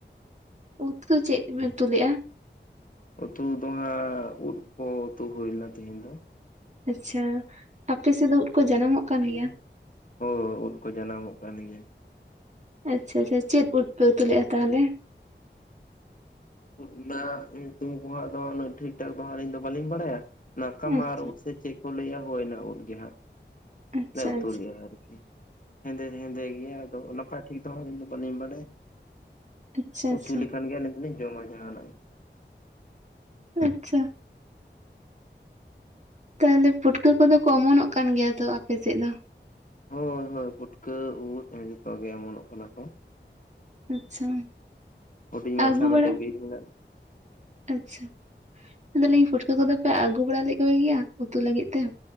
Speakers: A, on the right; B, on the left.
A: ᱩᱛᱩ ᱫᱚ ᱪᱮᱫ ᱯᱮ ᱩᱛᱩ ᱞᱮᱫᱼᱟ᱾
B: ᱩᱛᱩ ᱫᱚ ᱦᱟᱸᱜ ᱩᱫ ᱠᱚ ᱩᱛᱩ ᱦᱩᱭ ᱞᱮᱱᱟ ᱛᱮᱦᱮᱧ ᱫᱚ
A: ᱟᱪᱪᱷᱟ ᱟᱯᱮ ᱥᱮᱫ ᱫᱚ ᱩᱫ ᱠᱚ ᱡᱟᱱᱟᱢᱚᱜ ᱠᱟᱱ ᱜᱮᱭᱟ᱾
B: ᱦᱳ ᱩᱫ ᱠᱚ ᱡᱟᱱᱟᱢᱚᱜ ᱠᱟᱱ ᱜᱮᱭᱟ᱾
A: ᱟᱪᱪᱷᱟ ᱟᱪᱷᱟ ᱪᱮᱫ ᱩᱫ ᱯᱮ ᱩᱛᱩ ᱞᱮᱫᱼᱟ ᱛᱟᱦᱚᱞᱮ
B: ᱚᱱᱟ ᱧᱩᱛᱩᱢ ᱠᱚᱢᱟ ᱫᱚ ᱩᱱᱟᱹᱜ ᱴᱷᱤᱠ ᱴᱷᱟᱠ ᱫᱚᱦᱟᱜ ᱟᱹᱞᱤᱧ ᱫᱚ ᱵᱟᱹᱞᱤᱧ ᱵᱟᱲᱟᱭᱟ᱾ ᱱᱟᱠᱟᱢᱟᱨ
A: ᱟᱪᱪᱷᱟ
B: ᱩᱫ ᱥᱮ ᱪᱮᱫ ᱠᱚ ᱞᱟᱹᱭᱟ ᱦᱳᱭᱱᱟ ᱩᱫ ᱜᱮ ᱦᱟᱸᱜ
A: ᱟᱪᱪᱷᱟ
B: ᱞᱮ ᱩᱛᱩᱮᱭᱟ
A: ᱟᱪᱪᱷᱟ
B: ᱟᱨᱠᱤ ᱦᱮᱸᱫᱮ ᱦᱮᱸᱫᱮ ᱜᱮ ᱟᱫᱚ ᱱᱟᱯᱟᱭ ᱴᱷᱤᱠ ᱟᱹᱞᱤᱧ ᱫᱚ ᱵᱟᱹᱞᱤᱧ ᱵᱟᱲᱟᱭᱟ
A: ᱟᱪᱪᱷᱟ
B: ᱩᱛᱩ
A: ᱟᱪᱪᱷᱟ
B: ᱞᱮᱠᱷᱟᱱ ᱜᱮ ᱟᱹᱞᱤᱧ ᱫᱚᱞᱤᱧ ᱡᱚᱢᱟ ᱡᱟᱦᱟᱱᱟᱜ ᱜᱮ
A: ᱟᱪᱪᱷᱟ ᱛᱟᱦᱚᱞᱮ ᱯᱩᱴᱠᱟᱹ ᱠᱚᱫᱚ ᱠᱚ ᱚᱢᱚᱱᱚᱜ ᱠᱟᱱ ᱜᱮᱭᱟ ᱛᱚ ᱟᱯᱮ ᱥᱮᱫ ᱫᱚ
B: ᱦᱳᱭ ᱦᱳᱭ ᱯᱩᱴᱠᱟᱹ ᱩᱫ ᱡᱚᱛᱚ ᱜᱮ ᱚᱢᱚᱱᱚᱜ ᱠᱟᱱᱟ ᱠᱚ
A: ᱟᱪᱪᱷᱟ
B: ᱦᱚᱰᱤᱧ
A: ᱟᱹᱜᱩ
B: ᱢᱟᱪᱷᱟ ᱢᱤᱫ
A: ᱵᱟᱲᱟ
B: ᱴᱮᱱ ᱵᱤᱨ ᱢᱮᱱᱟᱜ-ᱟ᱾
A: ᱟᱪᱪᱷᱟ ᱟᱫᱚᱞᱤᱧ ᱯᱷᱩᱴᱠᱟᱹ ᱠᱚᱫᱚ ᱯᱮ ᱟᱹᱜᱩ ᱵᱟᱲᱟ ᱞᱮᱫ ᱠᱚᱜᱮᱭᱟ ᱩᱛᱩ ᱞᱟᱹᱜᱤᱫ ᱛᱮ